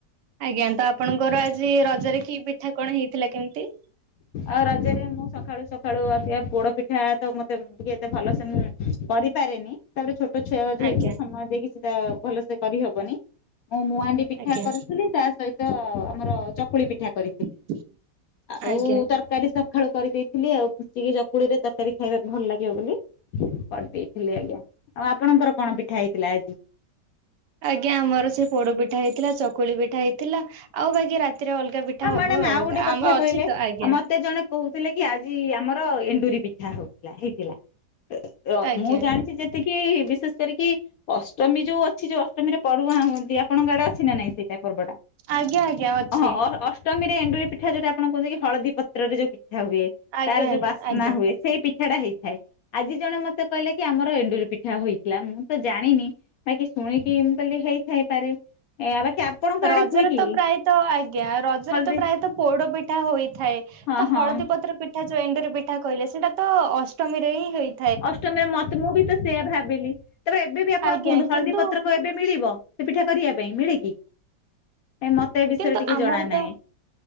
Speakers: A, on the right; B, on the left.
A: ଆଜ୍ଞା ତ ଆପଣଙ୍କର ଆଜି ରଜରେ କି ପିଠା କଣ ହେଇଥିଲା କେମତି?
B: ଆଉ ରଜରେ ମୁଁ ସଖାଳୁ ସଖାଳୁ ଆ ସି ଆ ପୋଡ ପିଠା ତ ମତେ ଟିକେ ଏତେ ଭଲ ସେ ମୁଁ କରିପାରେନି। ତାପରେ ଛୋଟ ଛୁଆ ଯେହେତୁ
A: ଆଜ୍ଞା
B: ସମୟ ଦେଇକି ସେଟା ଭଲସେ କରିହବନି ମୋ ମୁଁଆ ପିଠା
A: ଆଜ୍ଞା
B: କରିଥିଲି ତା ସହିତ ଆମର ଚକୁଳି ପିଠା କରିଥିଲି।
A: <inaudible>
B: ଆଉ
A: ଆଜ୍ଞା
B: ତରକାରୀ ସଖାଳୁ କରିଦେଇଥିଲି ଆଉ ପୁଚୁକି ଚକୁଳି ରେ ତରକାରୀ ଖାଇବାକୁ ଭଲ ଲାଗିବ ବୋଲି କରିଦେଇ ଥିଲି ଆଜ୍ଞା ଆଉ ଆପଣଙ୍କର କଣ ପିଠା ହେଇଥିଲା ଆଜି?
A: ଆଜ୍ଞା ଆମର ସେଇ ପୋଡ ପିଠା ହେଇଥିଲା ଚକ କୁଳି ପିଠା ହେଇଥିଲା ଆଉ ବାକି ରାତିରେ ଅଲଗା ପିଠା
B: ମ୍ୟାଡାମ
A: ହବ ଆଉ
B: ଗୋଟେ କଥା
A: ଆମ
B: କହିଲେ।
A: ଅଛି ତ ଆଜ୍ଞା।
B: ଆଉ ମତେ ଜଣେ କହୁଥିଲେ କି ଆଜି ଆମର ଏଣ୍ଡୁରି ପିଠା ହଉଥିଲା ହେଇଥିଲା। ର
A: ଆଜ୍ଞା
B: ମୁଁ ଜାଣିଛି ଯେତିକି କି ବିଶେଷ କରିକି ଅଷ୍ଟମୀ ଯୋଉ ଅଛି ଯୋଉ ଅଷ୍ଟମୀରେ ପଢୁଆ ହୁଅନ୍ତି ଆପଣଙ୍କ ଆଡେ ଅଛି ନା ନାଇଁ? ସେଇଟା ପର୍ବଟା
A: ଆଜ୍ଞା ଆଜ୍ଞା ଅଛି
B: ଅହଁ ଅ ସ ଅଷ୍ଟମିରେ ଏଣ୍ଡୁରି ପିଠା ଯୋଉ ଟା ଆପଣ କୁହନ୍ତିକି ହଳଦୀ ପତ୍ରରେ ଯୋଉ ପିଠା ହୁଏ।
A: ଆଜ୍ଞା
B: ତାର ଯୋଉ
A: ଆଜ୍ଞା
B: ବାସ୍ନା
A: ଆଜ୍ଞା।
B: ହୁଏ ସେଇ ପିଠା ଟା ହେଇଥାଏ। ଆଜି ଜଣେ ମତେ କହିଲେ କି ଆମର ଏଣ୍ଡୁରି ପିଠା ହୋଇଥିଲା ମୁଁ ତ ଜାଣିନି ବାକି ଶୁଣିକି ମୁଁ କହିଲି ହେଇଥାଇପାରେ ଏ ଆ ବାକି ଆପଣଙ୍କ
A: ରଜରେ
B: ଆଡେ ହୁଏ କି?
A: ତ ପ୍ରାୟତ ଆଜ୍ଞା ରଜରେ
B: ହଳଦୀ
A: ତ ପ୍ରାୟତ ପୋଡ ପିଠା ହୋଇଥାଏ
B: ହଁ
A: ତ
B: ହଁ
A: ହଳଦୀ ପତ୍ର ପି ପିଠା ଯୋଉ ଏଣ୍ଡୁରି ପିଠା କହିଲେ ସେଟାତ ଅଷ୍ଟମୀରେ ହିଁ ହେଇ
B: ଅଷ୍ଟମୀରେ ମତେ ମୁଁ ବି ତ ସେୟଆ ଭାବିଲି ତାପରେ ଏବେ ବି ଆପଣ
A: ଆଜ୍ଞା
B: କୁହନ୍ତୁ ହଳଦୀ
A: କିନ୍ତୁ
B: ପତ୍ର କହି ଏବେ ମିଳିବ ସେ ପିଠା କରିବା ପାଇଁ ମିଳେ କିି କାଇଁ ମତେ ଏ ବିଷୟରେ
A: କିନ୍ତୁ
B: ଟିକେ
A: ଆମର
B: ଜଣା ନାଇ।
A: ତ